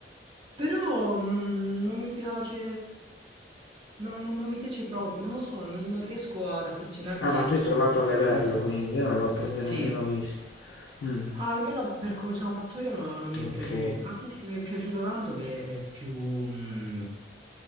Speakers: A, on the right; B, on the left.
A: Però mm, non mi piace, no, non, non mi piace proprio, non lo so, non, non riesco ad affezionarmi
B: Ah, ma
A: ai
B: tu
A: personaggi
B: hai provato a
A: come
B: vederlo,
A: a Meteor
B: quindi
A: Man.
B: io non l'ho proprio
A: Sì,
B: nemmeno visto. Mm,
A: almeno per come sono fatto io no- non mi
B: ok.
A: è piaciuto. Una serie che mi è piaciuta tanto che è più, mm,